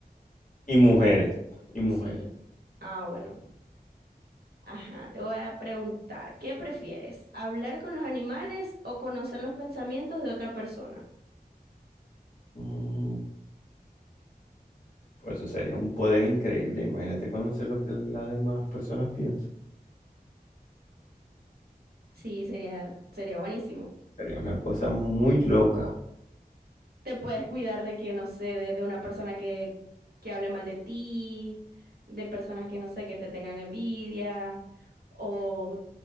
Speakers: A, on the left; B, on the right.
A: Y mujeres. Y mujeres.
B: Sí. Ah, bueno. Ajá, te voy a preguntar, ¿qué prefieres? ¿Hablar con los animales o conocer los pensamientos de otra persona?
A: Mm, Pues eso sería un poder increíble. Imagínate conocer lo que las demás personas piensan.
B: Sí, sería, sería buenísimo.
A: Sería una cosa muy loca.
B: te puedes cuidar de que, no sé, de, de una persona que, que hable mal de ti, de personas que, no sé, que te tengan envidia, o